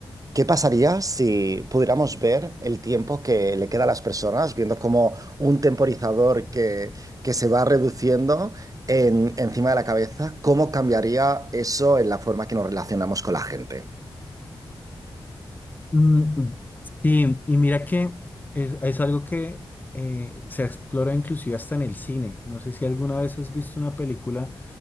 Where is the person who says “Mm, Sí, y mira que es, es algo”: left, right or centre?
Left